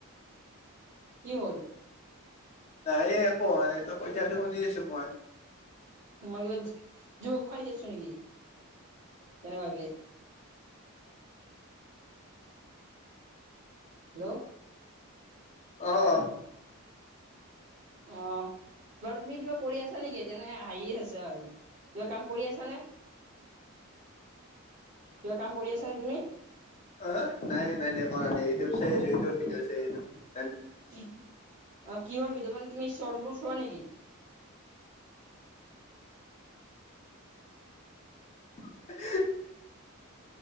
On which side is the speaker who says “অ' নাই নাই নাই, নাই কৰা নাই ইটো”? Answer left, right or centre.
Left